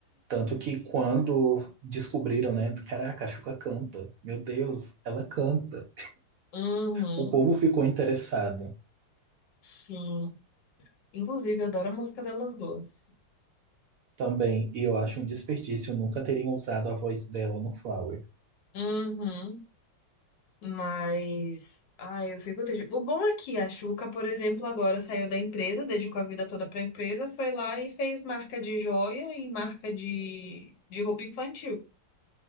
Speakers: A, on the right; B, on the left.
A: Tanto que quando descobriram, né? Caraca, a Xuca canta. Meu Deus, ela canta.
B: Uhum.
A: O povo ficou interessado
B: Sim. Inclusive, eu adoro a música delas duas.
A: também. E eu acho um desperdício nunca terem usado a voz dela no Flower.
B: Uhum. Mas, ai, eu fico triste. O bom é que a Xuca, por exemplo, agora saiu da empresa, dedicou a vida toda pra empresa, foi lá e fez marca de joia e marca de, de roupa infantil.